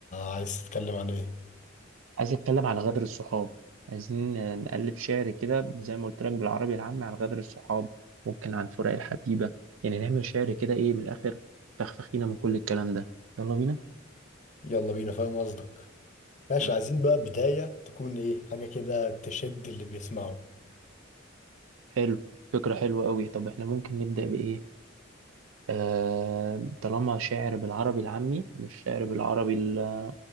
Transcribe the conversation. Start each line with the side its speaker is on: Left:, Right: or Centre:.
Left: عايز تتكلم عن ايه
Right: عايز اتكلم على غدر الصحاب عايزين نألف شعر كده زي ما قلت لك بالعربي العامي عن غدر الصحاب ممكن عن فراق الحبيبة يعني نعمل شعر كده ايه من الاخر فخفخينا من كل الكلام ده يلا بينا
Left: يلا بينا فاهم قصدك ماشي
Right: تمام
Left: عايزين بقى بداية تكون ايه حاجة كده تشد اللي بيسمعه
Right: حلو فكرة حلوة قوي طب احنا ممكن نبدأ بإيه آه، طالما شعر بالعربي العامي مش شعر بالعربي ال-